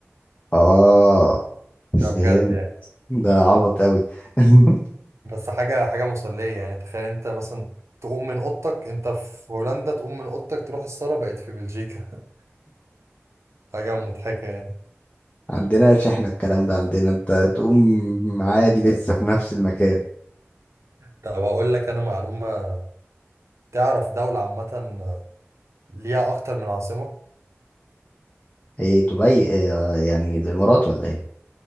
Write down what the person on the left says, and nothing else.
اه
فهم
ده عبط قوي <laughs>
عندنا احنا الكلام ده عندنا انت تقوم عادي لسه في نفس المكان
ايه دبي إيه آه، يعني الامارات ولا ايه